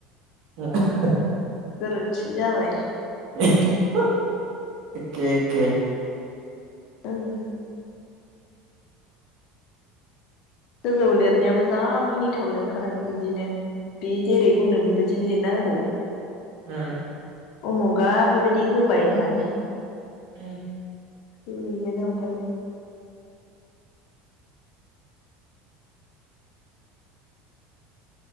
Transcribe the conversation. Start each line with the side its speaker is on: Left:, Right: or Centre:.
Right: <unintelligible>
Left: गोरोन्थि जाबाय
Right: <unintelligible> एके एके
Left: ओं गोजौ लिरनायाबो जा मिनिथाव लिरखादों। बिदिनो बि जेरै बुंदों बेबायदि दिनो लिर ना होबावो
Right: ओम
Left: उमुगा ओरैबादि होबाय होननानै।
Right: उम
Left: गैयानो आमफ्राय